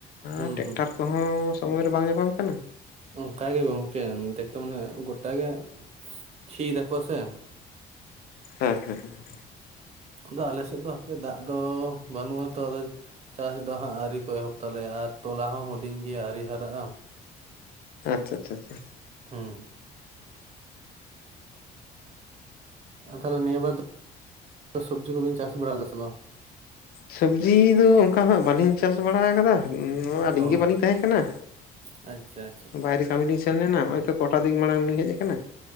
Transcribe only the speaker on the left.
ᱟᱨ ᱴᱮᱠᱴᱟᱨ
ᱠᱚᱦᱚᱸ ᱥᱚᱢᱚᱭ ᱨᱮ ᱵᱟᱝ ᱧᱟᱯᱟᱢ ᱠᱟᱱᱟ
ᱦᱮᱸ ᱦᱮᱸ ᱦᱮᱸᱸ
ᱟᱪᱪᱷᱟ ᱟᱪᱪᱷᱟ ᱟᱪᱷᱟ
ᱥᱚᱵᱡᱤ ᱫᱚ ᱚᱱᱠᱟ ᱫᱚᱜ ᱵᱟᱹᱞᱤᱧ ᱪᱟᱥ ᱵᱟᱲᱟ ᱟᱠᱟᱫᱟ ᱟᱹᱞᱤᱧ
ᱜᱮ ᱵᱟᱹᱞᱤᱧ ᱛᱟᱦᱮᱸ ᱠᱟᱱᱟ
ᱵᱟᱭᱨᱮ ᱠᱟᱹᱢᱤ ᱞᱤᱧ ᱥᱮᱱ ᱞᱮᱱᱟ ᱚᱜ ᱚᱭ ᱛᱚ ᱠᱚᱴᱟ ᱫᱤᱱ ᱢᱟᱲᱟᱝ ᱞᱤᱧ ᱦᱮᱡ ᱠᱟᱱᱟ